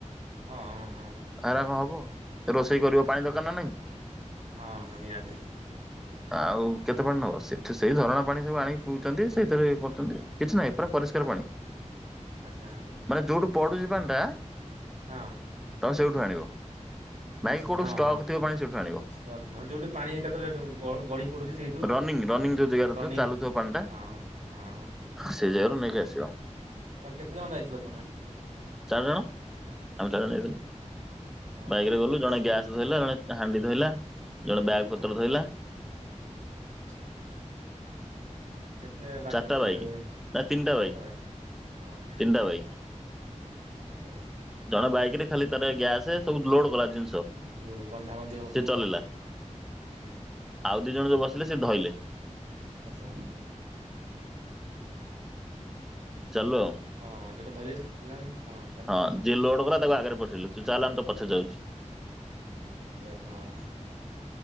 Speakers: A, on the right; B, in the centre.
A: ହଁ ହଁ।
B: ଏରା କଁ ହବ। ରୋଷେଇ କରିବ
A: ଆଚ୍ଛା
B: ପାଣି ଦରକାର ନା ନାଇଁ?
A: ହଁ ହଁ ନିହାତି।
B: ଆଉ କେତେ ପାଣି ନବ ସେଠି ସେଇ ଧରଣା ପାଣି ସବୁ ଆଣିକି ପିଉଛନ୍ତି ସେଇଥିରେ ଇଏ କରୁଛନ୍ତି। କିଛି ନାହିଁ ପୁରା ପରିଷ୍କାର ପାଣି।
A: ଆଚ୍ଛା।
B: ମାନେ ଯୋଉଠୁ ପଡୁଛିି ପାଣି ଟା।
A: ହଁ।
B: ତମେ ସେଇଠୁ ଆଣିବ। ନାଇଁ
A: ଆଚ୍ଛା
B: କି କୋଉଠୁ
A: ହଁ
B: ଷ୍ଟକ୍
A: ହଁ
B: ଥିବ ପାଣି ସେଇଠୁ ଆଣିବ।
A: ଷ୍ଟକ୍ ନୁହଁ ଯୋଉଠୁ ପାଣି ଏକାଥରେ ଗ ଗଡି। ପଡ଼ୁଛି ସେଇଠୁ
B: ରନିଂ ରନିଂ ଯୋଉ ଜାଗାରେ
A: ରନିଂ
B: ଥିବ ଚାଲୁଥିବ ପାଣି ଟା
A: ହଁ ହଁ।
B: ସେଇ ଜାଗାରୁ ନେଇକି ଆସିବ।
A: ତେମେ କେତେ ଜଣ ଯାଇଥିଲ ତମେ।
B: ଚାରି ଜଣ ଆମେ ଚାରିଜଣ
A: ଆଚ୍ଛା
B: ଯାଇଥିଲୁ
A: ହଁ
B: ବାଇକ୍
A: ହଁ
B: ରେ ଗଲୁ। ଜଣେ ଗ୍ୟାସ୍ ଧଇଲା ଜଣେ ହାଣ୍ଡି ଧଇଲା ଜଣେ ବ୍ୟାଗ୍
A: ହଁ
B: ପତ୍ର ଧଇଲା।
A: ଆଚ୍ଛା। କେତେ ବାଟ
B: ଚାରିଟା
A: ହଉଛି ବ
B: ବାଇକ୍
A: ଚାରଟା
B: ନା ତିନିଟା
A: ବାଇକ୍ ହଁ ହଁ।
B: ତିନିଟା ବାଇକ୍
A: ଆଚ୍ଛା ଆଛା।
B: ଜଣେ ବାଇକ ରେ ଖାଲି ତାର ଗ୍ୟାସ ସବୁ ଲୋଡ କଲା ଜିନିଷ।
A: ଲୋଡ ବନ୍ଧା ବନ୍ଧି ହବ
B: ସେ
A: ସବୁ
B: ଚଲେଇଲା
A: ଆଉ ହଁ ହୁଁ।
B: ଆଉ ଦିଇ ଜଣ ଯଉ ବସିଲେ ସେ ଧଇଲେ।
A: ଆଚ୍ଛା।
B: ଚାଲୁ ଆଉ।
A: ହଁ ଯୋଟା ଧରି <unintelligible> ହଁ। ଚାଲିଲ
B: ହଁ
A: ଆଉ
B: ଯିଏ ଲୋଡ କଲା ତାକୁ ଆଗରେ ପଠେଇଲେ ତୁ ଚାଲେ ଆମେ ତୋ ପଛରେ ଯାଉଚୁ।
A: ପଛେ ଯାଉଛୁ, ହଁ।